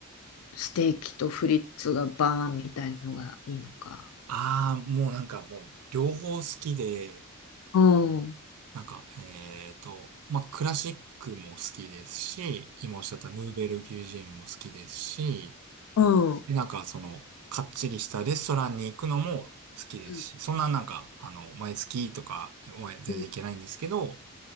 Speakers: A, on the left; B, on the right.
A: ステーキとフリッツがバーンみたいのがいいのか。
B: ああ、もうなんかもう両方好きで、
A: うん。
B: なんか、えっと、まあ、クラシックも好きですし、今おっしゃったヌーベルギュジーンも好きですし、
A: うん。う
B: で、なんかその、かっちりしたレストランに行くのも好きですし、
A: ん。
B: そんななんか、あの、毎月とか、まあ全然行けないんですけど、
A: うん